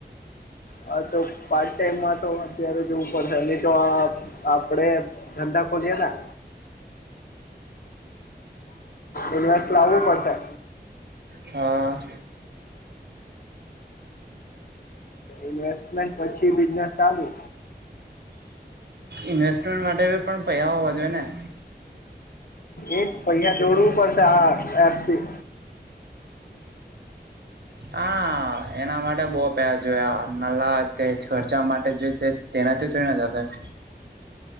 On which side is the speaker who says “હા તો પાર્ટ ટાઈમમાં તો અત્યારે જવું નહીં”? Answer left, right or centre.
Left